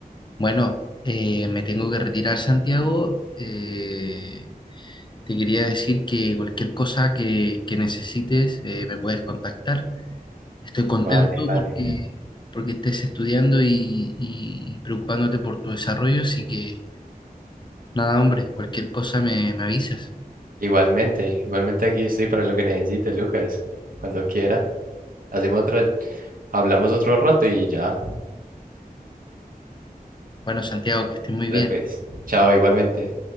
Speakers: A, on the left; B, on the right.
A: Bueno, eh, me tengo que retirar, Santiago. Eh, Te quería decir que cualquier cosa que, que necesites eh, me puedes contactar. Estoy contento
B: Vale, vale.
A: porque, porque estés estudiando y, y preocupándote por tu desarrollo, así que nada, hombre, cualquier cosa me, me avisas.
B: Igualmente, igualmente aquí estoy para lo que necesite, Lucas, cuando quiera. Hacemos otra, hablamos otro rato y ya.
A: Bueno, Santiago, que estés muy
B: Vale,
A: bien.
B: pues, chao, igualmente.